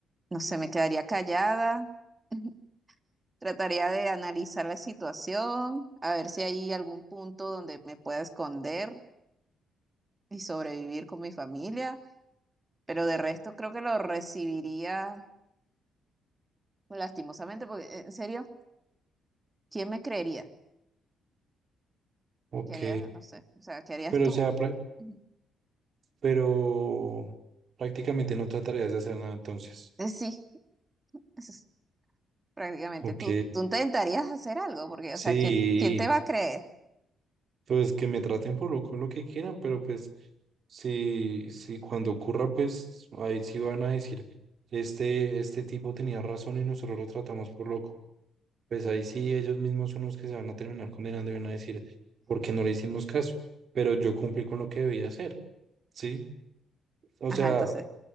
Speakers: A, on the right; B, on the right.
A: no sé, me quedaría callada. <laughs> Trataría de analizar la situación, a ver si hay algún punto donde me pueda esconder y sobrevivir con mi familia, pero de resto creo que lo recibiría lastimosamente, porque eh, en serio, ¿quién me creería?
B: Ok,
A: ¿Qué harías? No sé, o sea, ¿qué harías
B: pero
A: tú?
B: o sea, pra-
A: Ujú.
B: pero prácticamente no trataría de hacer nada entonces.
A: Eh, Sí, eso es prácticamente.
B: Ok,
A: Tú, tú intentarías hacer algo, porque,
B: sí,
A: o sea, ¿quién, quién te va a creer?
B: pues que me traten por lo, con lo que quieran, pero pues sí, sí, cuando ocurra, pues ahí sí van a decir, este, este tipo tenía razón y nosotros lo tratamos por loco. Pues ahí sí, ellos mismos son los que se van a terminar condenando y van a decir, ¿por qué no le hicimos caso? Pero yo cumplí con lo que debía hacer, ¿sí? O
A: Ajá,
B: sea,
A: entonces,